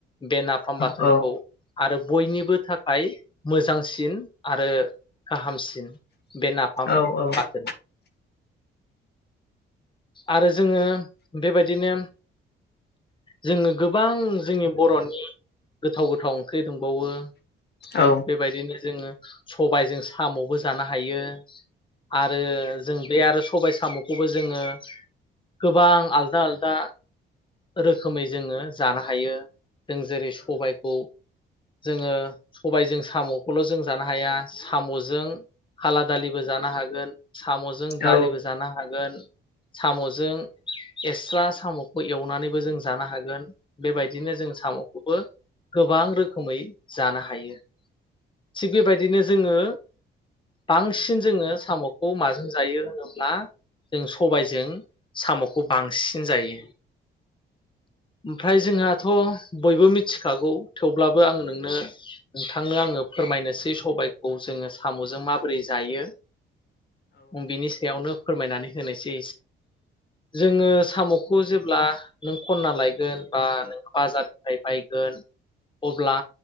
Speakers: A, on the left (about 25°); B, on the left (about 55°).
A: बे नाफाम बाथोनखौ
B: औ
A: आरो बयनिबो थाखाय मोजांसिन सिन आरो गाहामसिन बे नाफाम
B: औ औ
A: बाथोनना आरो जोङो बेबायदिनो जोङो गोबां जोंनि बरनि गोथाव गोथाव ओंख्रि दंबावो थिग
B: औ
A: बेबायदिनो जोङो सबायजों सामबो जानो हायो आरो जों बे आरो सबाय साम'खौबो जोङो <unintelligible> गोबां आलदा आलदा रोखोमै जोङो जानो हायो जों जेरै सबायखौ जोङो सबायजों साम'खौल जों जानो हाया साम'जों काला दालिबो जानो हागोन साम'जों
B: औ
A: दालिबो जानो हागोन साम'जों एक्सट्रा साम'खौ एवनानै बो जों जानो हागोन बेबायदिनो जों सामखौबो गोबां रोखोमै जानो हायो थिग बेबायदिनो जोङो बांसिन जोङो साम'खौ माजों जायो होनोब्ला जों सबायजों साम'खौ बांसिन जायो ओमफ्राय जोंहाथ बयबो मिथिखागौ थेवब्लाबो आं नोंनो नोंथांनो आङो फोरमायनोसै सबायखौ जोङो सामजों माबोरै जायो बिनि सायावनो फोरमायनानै होनोसै एसे जोङो सामखौ जेब्ला नों खनना लायगोन बा नों बाजारनिफ्राय बायगोन अब्ला